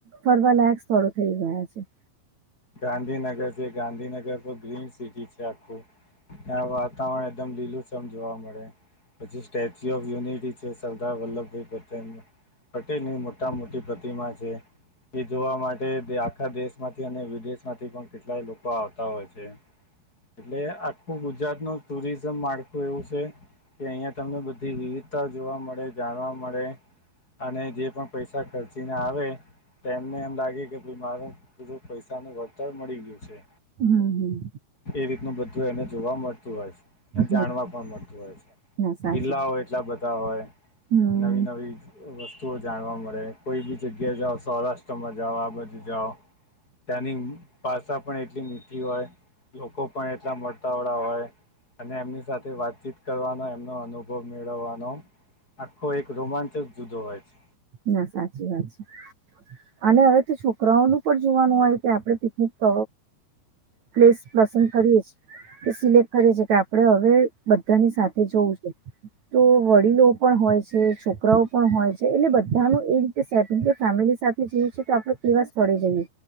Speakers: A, on the right; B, on the left.
A: ફરવાલાયક સ્થળો થઈ ગયા છે
B: ગાંધીનગર છે ગાંધીનગર તો ગ્રીનસિટી છે આખું ત્યાં વાતાવરણ એકદમ લીલું છમ જોવા મળે પછી સ્ટેચ્યુ ઓફ યુનિટી છે સરદાર વલ્લભભાઈ પટેલ પટેલની મોટા મોટી પ્રતિમા છે એ જોવા માટે આખા દેશ માંથી અને વિદેશ માંથી પણ કેટલાય લોકો આવતા હોય છે એટલે આખું ગુજરાતનું ટુરિઝમ માળખું એવું છે કે અહિયાં તમને બધી વિવિધતા જોવા મળે જાણવા મળે અને જે પણ પૈસા ખર્ચીને આવે તેમ એને એમ લાગે કે ભઈ મરે પણ પૈસા વળતર મળી ગયું છે
A: હમ હમ
B: એ રીતનું બધું એને જોવા મળતું હોય છે ને
A: હમ
B: જાણવા પણ મળતું હોય છે
A: ના સાચી
B: કિલ્લાઓ હોય એટલા બધા હોય
A: હમ
B: નવી નવી વસ્તુ જાણવા મળે કોઈબી જગ્યા જાઓ સૌરાષ્ટ્રમાં જાઓ આ બાજુ જાઓ ત્યાંની ભાષા પણ એટલી મીઠી હોય લોકો પણ એટલા મળતાવળા હોય અને એમની સાથે વાતચીત કરવાનો એમનો અનુભવ મેળવવાનો આખો એક રોમાંચક જુદો હોય છે
A: ના સાચી વાત છે અને હવે તો છોકરાઓનું પણ જોવાનું હોય કે આપડે પિકનિક ક પ્લેસ પસંદ કરીએ છે તે સિલેક્ટ કરી છે કે આપડણે હવે બધાની સાથે જોવું છે તો વડીલો પણ હોય છે છોકરાઓ પણ હોય છે એટલે બધા ધનું એ રીતે સેટ ફેમિલી સાથે જઈએ છે તો આપડ કેવા સ્થળે જઈએ